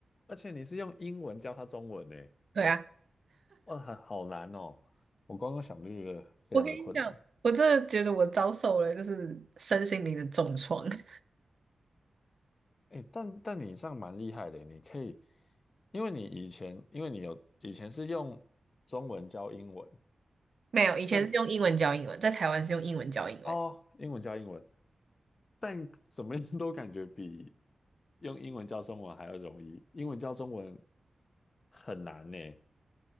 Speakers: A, on the left; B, on the right.
A: 而且你是用英文教他中文呢，
B: 对啊，
A: 哇，很好难哦。我刚刚想就觉得非常的困难。
B: 我跟你讲，我真的觉得我遭受了就是身心灵的重创。<laughs>
A: 诶，但但你这样蛮厉害的，你可以，因为你以前，因为你有以前是用中文教英文，
B: 没有，以前是用英文教英文，
A: 但
B: 在台湾是用英文教英文。
A: 哦，英文教英文，但怎么样都感觉比用英文教中文还要容易，英文教中文很难呢。